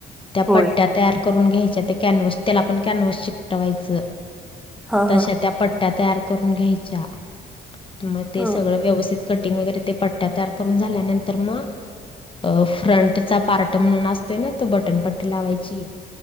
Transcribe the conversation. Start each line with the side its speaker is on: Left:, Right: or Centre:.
Left: त्या
Centre: होय
Left: पट्ट्यात तयार करून घ्यायच्या ते कॅन्व्हस त्याला पण कॅन्व्हस शिकटवायचं
Centre: हा
Left: तशा
Centre: हा
Left: त्या पट्ट्या तयार करून घ्यायच्या मग ते
Centre: ह
Left: सगळं व्यवस्थित कटिंग वगैरे ते पट्ट्या तयार करून झाल्यानंतर मग अ फ्रंटचा पार्ट म्हणून असतोय ना तो बटनपट्टी लावायची